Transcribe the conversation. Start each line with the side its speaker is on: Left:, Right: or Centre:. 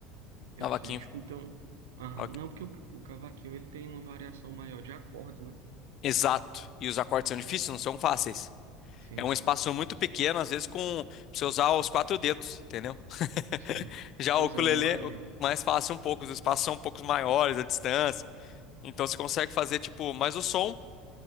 Right: Eu
Left: Cavaquinho.
Right: sei. Tipo, então, aham.
Left: cavaquinho.
Right: Não, porque o, o cavaquinho, ele tem uma variação maior de acordes, né?
Left: Exato. E os acordes são difíceis, não são fáceis.
Right: Sim,
Left: É um
Right: sim,
Left: espaço muito pequeno, às vezes com pra você usar os quatro dedos, entendeu? <laughs>
Right: sim.
Left: Já
Right: Pois
Left: o ukulele,
Right: é, eu imagino.
Left: o- mais fácil um pouco, os espaços são um pouco maiores, a distância. Então você consegue fazer tipo, mas o som